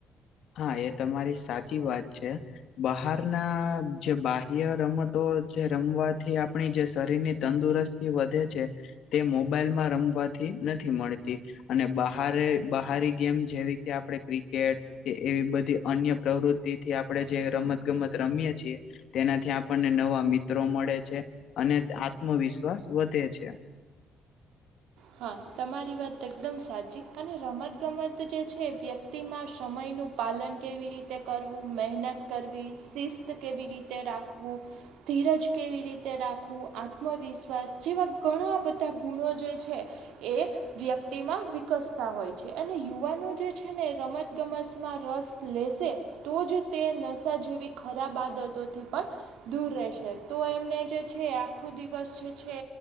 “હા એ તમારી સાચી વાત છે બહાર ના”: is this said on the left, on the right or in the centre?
Left